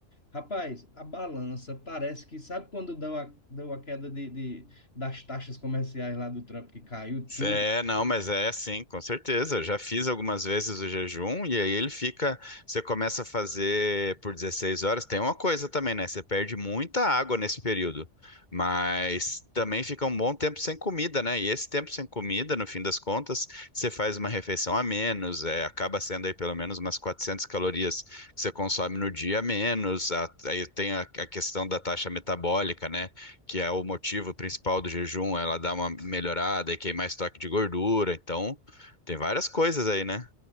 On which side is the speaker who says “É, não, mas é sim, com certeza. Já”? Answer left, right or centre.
Left